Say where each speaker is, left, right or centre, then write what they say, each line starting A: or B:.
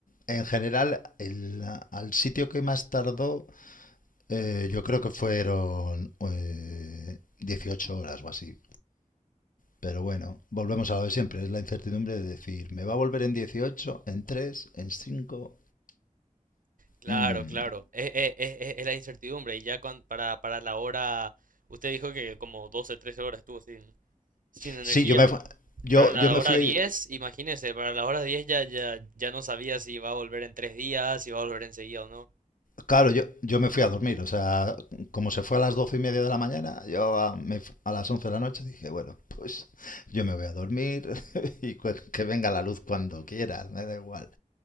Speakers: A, on the left; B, on the right.
A: En general, el, al sitio que más tardó, eh, yo creo que fueron eh, 18 horas o así. Pero bueno, volvemos a lo de siempre, es la incertidumbre de decir, ¿me va a volver en 18, en tres en cinco
B: Claro,
A: Mm.
B: claro. Es, es- es- es- es la incertidumbre. Y ya cuan- para, para la hora, usted dijo que como 12 13 horas estuvo sin, sin energía.
A: Sí, yo me, yo,
B: Para la
A: yo me
B: hora
A: fui,
B: 10, imagínese, para la hora 10 ya, ya, ya no sabía si iba a volver en tres días, si iba a volver enseguida o no.
A: claro, yo, yo me fui a dormir, o sea, como se fue a las 12 y media de la mañana, yo a, me fu- a las 11 de la noche dije, bueno, pues yo me voy a dormir <laughs> y cu- que venga la luz cuando quiera, me da igual.